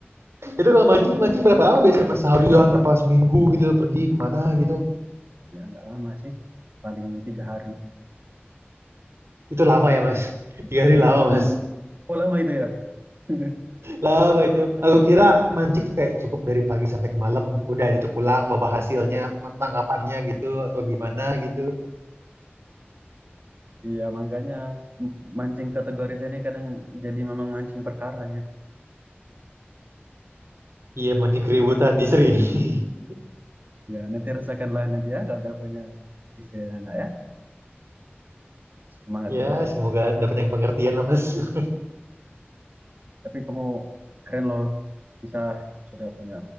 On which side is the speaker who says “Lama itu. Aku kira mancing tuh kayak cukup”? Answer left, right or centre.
Right